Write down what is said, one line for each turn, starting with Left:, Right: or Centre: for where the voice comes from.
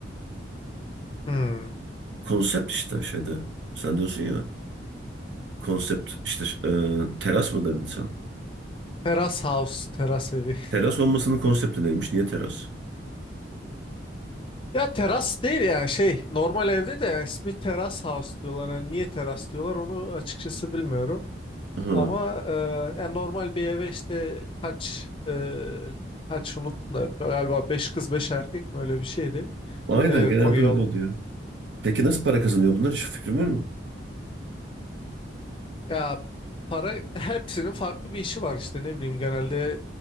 Left: Hmm.
Right: Konsept işte şeyde. Sen diyorsun ya. Konsept işte e, teras mı dedin sen?
Left: Teras house, teras evi.
Right: Teras olmasının konsepti neymiş? Niye teras?
Left: <laughs> Ya teras değil yani şey normal evde de yani ismi teras house diyorlar. Yani niye teras diyorlar onu açıkçası bilmiyorum.
Right: Ha,
Left: Ama e, yani normal bir eve işte kaç e, kaç unuttum da galiba 5 kız 5 erkek mi öyle bir şeydi
Right: aynen
Left: e,
Right: genelde
Left: koyuyorlar.
Right: öyle oluyor. Peki nasıl para kazanıyor bunlar? Hiç fikrin var mı?
Left: Ya para <laughs> hepsinin farklı bir işi var işte ne bileyim genelde